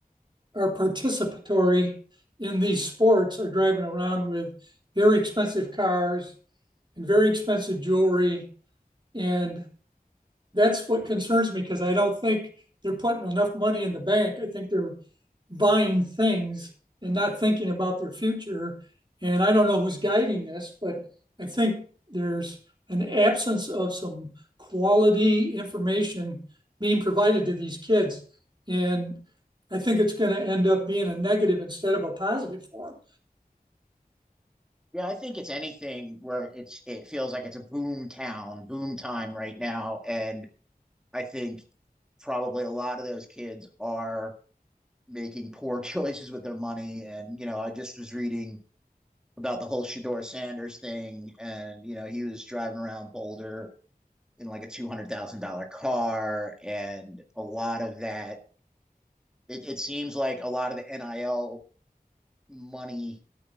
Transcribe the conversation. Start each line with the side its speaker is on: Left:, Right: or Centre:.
Right: are participatory in these sports are driving around with very expensive cars and very expensive jewelry and that's what concerns me because I don't think they're putting enough money in the bank. I think they're buying things and not thinking about their future. And I don't know who's guiding this, but I think there's an absence of some quality information being provided to these kids. And I think it's going to end up being a negative instead of a positive for them.
Centre: Yeah, I think it's anything where it's it feels like it's a boom town, boom time right now. And I think probably a lot of those kids are making poor <laughs> choices with their money. And, you know, I just was reading about the whole Shador Sanders thing and, you know, he was driving around Boulder in like a two hundred thousand dollar car, and a lot of that. It, it seems like a lot of the NIL money